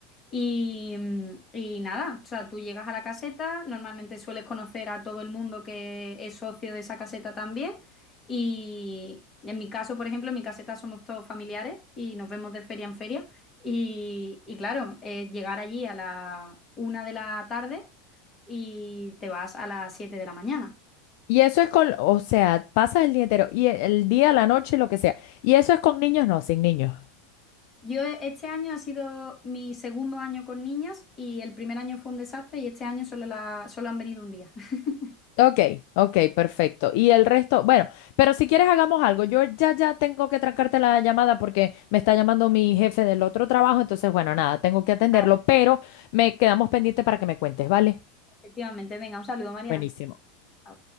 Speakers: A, on the left; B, on the left.
A: Y, mm, y nada, o sea, tú llegas a la caseta, normalmente sueles conocer a todo el mundo que es socio de esa caseta también. Y en mi caso, por ejemplo, en mi caseta somos todos familiares y nos vemos de feria en feria. Y, y claro, eh, llegar allí a la una de la tarde y te vas a las 7 de la mañana.
B: Y eso es con, o sea, pasas el día entero, y el, el día, la noche, lo que sea. Y eso es con niños, no, sin niños.
A: Yo e- este año ha sido mi segundo año con niñas y el primer año fue un desastre y este año solo, la, solo han venido un día. <laughs>
B: Ok, ok, perfecto. Y el resto, bueno, pero si quieres hagamos algo. Yo ya, ya tengo que trancarte la llamada porque me está llamando mi jefe del otro trabajo. Entonces, bueno, nada, tengo que atenderlo,
A: Vale.
B: pero me quedamos pendiente para que me cuentes, ¿vale?
A: Efectivamente, venga, un saludo, Mariana.
B: Buenísimo.
A: Chao.